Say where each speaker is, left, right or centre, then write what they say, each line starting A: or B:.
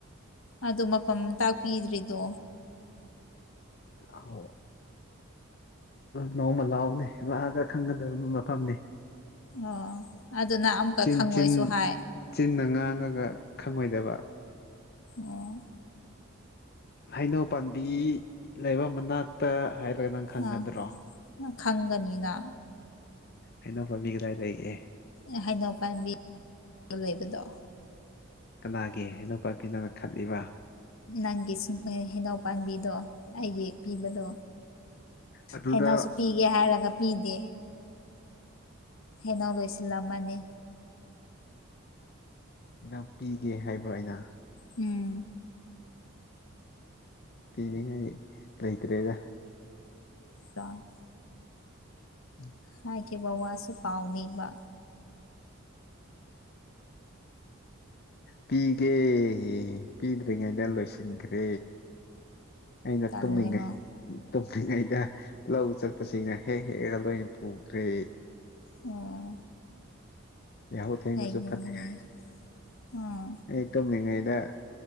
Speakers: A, on the left; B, on the left.
A: ꯑꯗꯨ ꯃꯐꯝ ꯇꯥꯛꯄꯤꯗ꯭ꯔꯤꯗꯣ꯫
B: ꯫ <unintelligible> ꯅꯣꯡꯃ ꯂꯥꯛꯑꯣꯅꯦ ꯂꯥꯛꯑꯒ ꯈꯪꯒꯗꯕ ꯃꯐꯝꯅ‌ꯦ꯫
A: ꯑꯣ ꯑꯗꯨꯅ ꯑꯃꯨꯛꯀ
B: ꯆꯤꯟ
A: ꯈꯪꯉꯣꯏꯁꯨ
B: ꯆꯤꯟ
A: ꯍꯥꯏ꯫
B: ꯆꯤꯟꯅ ꯉꯥꯡꯉꯒ ꯈꯪꯉꯣꯏꯗꯕ꯫
A: ꯑꯣ꯫
B: ꯍꯩꯅꯧ ꯄꯥꯟꯕꯤ ꯂꯩꯕ ꯃꯅꯥꯛ꯫ ꯇ ꯍꯥꯏꯔꯒ ꯅꯪ ꯈꯪꯒꯗ꯭ꯔꯣ꯫
A: ꯑꯥ ꯈꯪꯒꯅꯤꯅ
B: ꯍꯩꯅꯧ ꯄꯝꯕꯤ ꯀꯗꯥꯏꯂꯩꯒ‌ꯦ꯫
A: ꯑꯦ ꯍꯩꯅꯧ ꯄꯥꯝꯕꯤ ꯂꯩꯕꯗꯣ꯫
B: ꯀꯅꯥꯒꯤ ꯍꯩꯅꯧ ꯄꯥꯝꯕꯤꯅꯣ ꯈꯜꯂꯤꯕ꯫
A: ꯅꯪꯒꯤ ꯁꯨꯝ ꯍꯩꯅꯧ ꯄꯥꯝꯕꯤꯗꯣ ꯑꯩꯒꯤ ꯄꯤꯕꯗꯣ꯫
B: ꯑꯗꯨꯗ
A: ꯍꯩꯅꯧꯁꯨ ꯄꯤꯒꯦ ꯍꯥꯏꯔꯒ ꯄꯤꯗꯦ꯫ ꯍꯦꯟꯅꯧ ꯂꯣꯏꯁꯤꯜꯂꯝꯃꯅꯤ꯫
B: ꯅꯪ ꯄꯤꯒꯦ ꯍꯥꯏꯕ꯭ꯔꫭ ꯑꯩꯅ꯫
A: ꯎꯝ꯫
B: ꯄꯤꯅꯤꯡꯉꯥꯏ ꯂꯩꯇ꯭ꯔꯦꯗ꯫
A: ꯑꯗꯣ
B: ꯫
A: ꯍꯥꯏꯈꯤꯕ ꯋꯥꯁꯨ ꯀꯥꯎꯅꯤꯕ꯫
B: ꯄꯤꯒꯦ ꯄꯤꯗ꯭ꯔꯤꯉꯩꯗ ꯂꯣꯏꯁꯤꯟꯈ꯭ꯔꯦ꯫ ꯑꯩꯅ
A: ꯇꯜꯂꯦꯉꯣ
B: ꯇꯨꯝꯃꯤꯉꯩ ꯇꯨꯝꯂꯤꯉꯩꯗ ꯂꯧ ꯆꯠꯄꯁꯤꯡꯅ ꯍꯦꯛ ꯍꯦꯛꯑꯒ ꯂꯣꯏꯅ ꯄꯨꯈ꯭ꯔꯦ
A: ꯑꯣꯝ
B: <unintelligible>
A: ꯀꯩꯒꯤꯅꯣꯅꯦ ꯑꯥ
B: ꯑꯩ ꯇꯣꯝꯂꯤꯉꯩꯗ